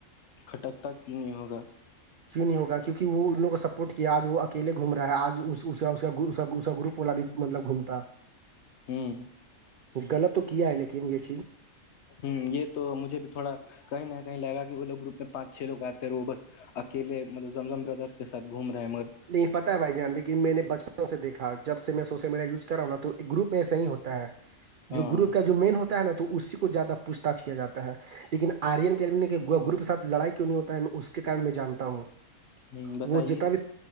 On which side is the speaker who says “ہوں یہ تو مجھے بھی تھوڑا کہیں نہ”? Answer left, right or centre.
Left